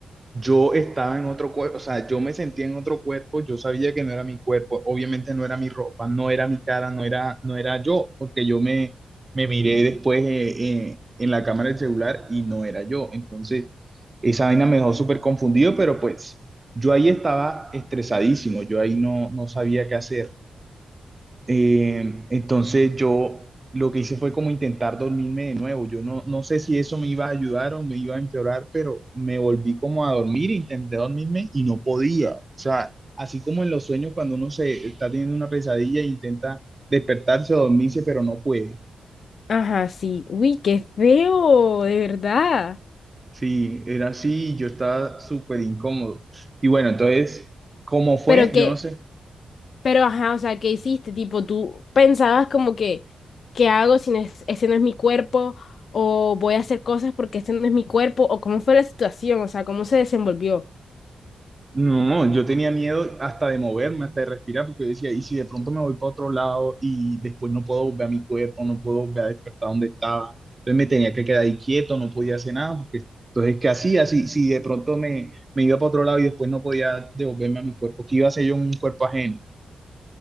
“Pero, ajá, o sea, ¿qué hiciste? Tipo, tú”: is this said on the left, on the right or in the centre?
Left